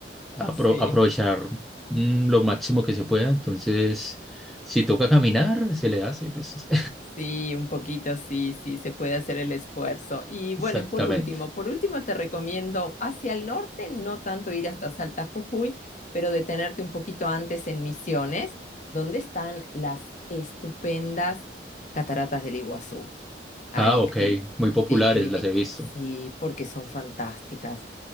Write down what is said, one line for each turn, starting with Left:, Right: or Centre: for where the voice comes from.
Centre: apro-
Left: <laughs>
Centre: aprovechar
Left: Sí.
Centre: mm, lo máximo que se pueda, entonces si toca caminar, se le hace, pues
Left: Sí, un poquito, sí, sí, se puede hacer el esfuerzo.
Centre: <laughs>
Left: Y bueno,
Centre: exactamente.
Left: y por último, por último te recomiendo hacia el norte, no tanto ir hasta Salta Jujuy, pero detenerte un poquito antes en Misiones, donde están las estupendas cataratas del Iguazú. Ahí,
Centre: Ah, ok,
Left: que,
Centre: muy populares,
Left: sí, que limi-
Centre: las he visto.
Left: sí, porque son fantásticas